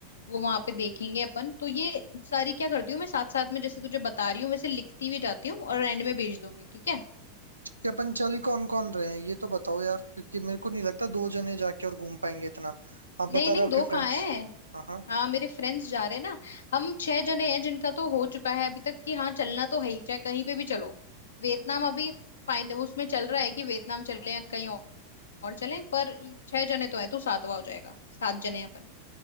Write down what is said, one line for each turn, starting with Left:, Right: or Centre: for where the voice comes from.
Left: वो वहां पे देखेंगे अपन तो ये सारी क्या करती हूँ मैं साथ साथ में जैसे तुझे बता रही हूँ वैसे लिखती भी जाती हूँ और एंड में भेज दूंगी ठीक है
Right: कि अपन चल कौन कौन रहे हैं ये तो बताओ यार क्योंकि मेरे को नहीं लगता दो जने जाके और घूम पाएंगे इतना आप
Left: नहीं
Right: बता
Left: नहीं
Right: रहे हो आपके
Left: दो
Right: फ्रेंड्स
Left: कहाँ है
Right: हाँ हाँ
Left: हाँ मेरे फ्रेंड्स जा रहे हैं ना हम छह जने हैं जिनका तो हो चुका है अभी तक कि हाँ चलना तो है ही चाहे कहीं पे भी चलो वियतनाम अभी फाइन उसमें चल रहा है कि वियतनाम चले या कहीं और और चले पर छह जने तो हैं तो सातवां हो जाएगा सात जने हैं अपन